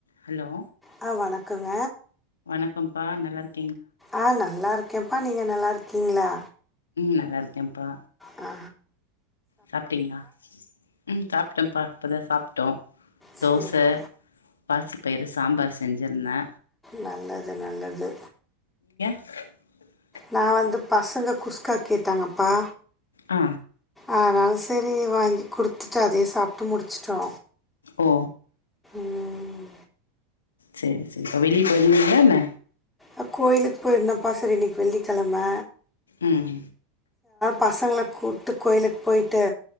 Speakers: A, on the left; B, in the centre.
A: Hello
B: ஆ வணக்கங்க
A: வணக்கம்ப்பா நல்லா இரு
B: ஆ நல்லா இருக்கேன்ப்பா நீங்க நல்லா இருக்கீங்களா
A: நல்லா இருக்கேப்பா
B: ஆ
A: சாப்பிட்டீங்களா உம் சாப்பிட்டோப்பா இப்பதா சாப்பிட்டோ
B: சரிப்பா
A: தோசை பாசி பயிறு சாம்பார் செஞ்சிருந்தே
B: நல்லது நல்லது
A: <inaudible>
B: நான் வந்து பசங்க குஸ்கா கேட்டாங்கப்பா
A: ஆ
B: அதனாலு சரி வாங்கி கொடுத்துட்டு அதே சாப்பிட்டு முடிச்சுட்டோ
A: ஓ
B: ம்
A: சரி சரி இப்பா வெளியே போயிருந்தீங்களா என்ன
B: அ கோயிலுக்கு போயிருந்தப்பா சரி இன்னைக்கு வெள்ளிக்கிழமை
A: ம்
B: பசங்களை கூப்பிட்டு கோயிலுக்கு போயிட்டு